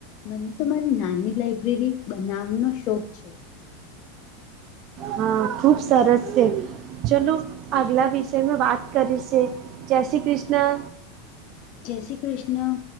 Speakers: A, on the left; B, on the right.
A: મને તો મારી નાની લાઇબ્રેરી બનાવનો શોખ છે.
B: હા, ખુબ સરસ છે. ચલો આગલા વિષયમા વાત કરી સે જય શ્રી ક્રિષ્ના.
A: જય શ્રી કૃષ્ણ.